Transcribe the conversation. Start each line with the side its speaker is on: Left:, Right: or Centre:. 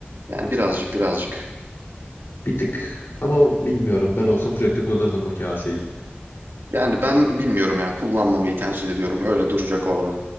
Right: Yani birazcık birazcık.
Left: Bir tık. Ama bilmiyorum ben olsam sürekli kullanırdım bu kaseyi.
Right: Yani ben bilmiyorum ya kullanmamayı tercih ediyorum. Öyle duracak orada.